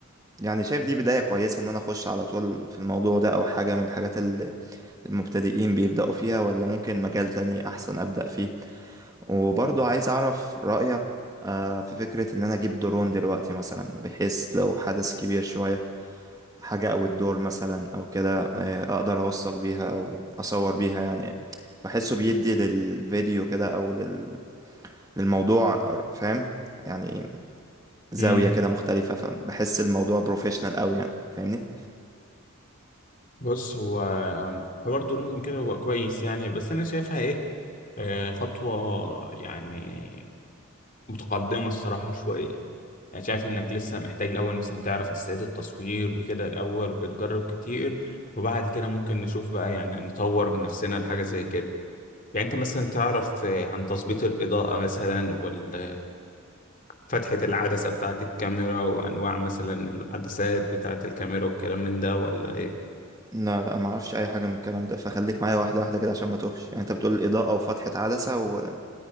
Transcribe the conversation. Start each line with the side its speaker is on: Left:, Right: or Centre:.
Right: يعني شايف دي بداية كويسة ان انا اخش على طول في الموضوع ده او حاجة من الحاجات اللي المبتدئين بيبدأوا فيها ولا ممكن مجال تاني احسن ابدأ فيه وبرضه عايز اعرف رأيك آه، في فكرة ان انا اجيب درون دلوقتي مثلا بحيث لو حدث كبير شوية حاجة او الدور مثلا او كده آه، اقدر اوثق بيها او اصور بيها يعني بحسه بيدي للفيديو كده او لل... للموضوع فاهم يعني زاوية
Left: امم
Right: كده مختلفة فبحس الموضوع بروفيشنال قوي يعني فاهمني
Left: بص هو حوار درون وكده هو كويس يعني بس انا شايفها ايه آه، خطوة يعني متقدمة الصراحة شوية يعني شايف إنك لسه محتاج الأول مثلا تعرف أساسيات التصوير وكده الأول وتجرب كتير وبعد كده ممكن نشوف بقى يعني نطور من نفسنا لحاجة زي كده يعني أنت مثلا تعرف آه، عن تظبيط الإضاءة مثلا وال فتحة العدسة بتاعة الكاميرا وأنواع مثلا العدسات بتاعة الكاميرا والكلام من ده ولا إيه؟
Right: لا لا ما اعرفش اي حاجة من الكلام ده فخليك معايا واحدة واحدة كده عشان ما توهش يعني انت بتقول الإضاءة وفتحة عدسة و...